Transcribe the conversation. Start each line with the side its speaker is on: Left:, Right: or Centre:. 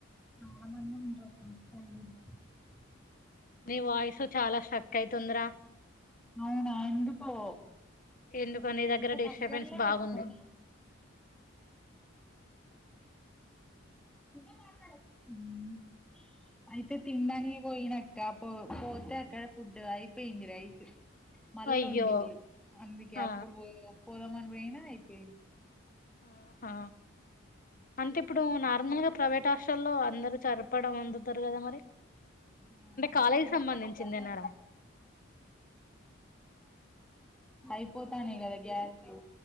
Centre: చాలా మందే ఉంటారు <unintelligible>
Left: వాయిసు చాలా స్ట్రక్ అయితుందిరా
Centre: అవునా ఎందుకో
Left: ఎందుకో నీ
Centre: మంచిగా
Left: దగ్గర డిస్టర్బెన్స్
Centre: దగ్గర్లే
Left: బాగుంది
Centre: పెట్టుకున్న హ్మ్మ్ అయితే తిన్డానికి పోయినట్ కాపో పోతే అక్కడ ఫుడ్ అయిపోయింది రైస్ మళ్ళ
Left: అయ్యో
Centre: ఒండిన్లు అందుకే
Left: ఆ
Centre: అ ఇప్పుడు పోదామన్ పొయిన అయిపోయింది
Left: ఆహా అంతే ఇప్పుడు నార్ నార్మల్గా ప్రైవేట్ హాస్టల్లో అందరూ సరిపడ వండుతరు కదా మరి
Centre: ఆ అంటే
Left: కాలేజీకి
Centre: రైస్
Left: సంబంధించిందేనారా
Centre: కుక్కర్లు అయిపోతానయి కదా గ్యాస్లు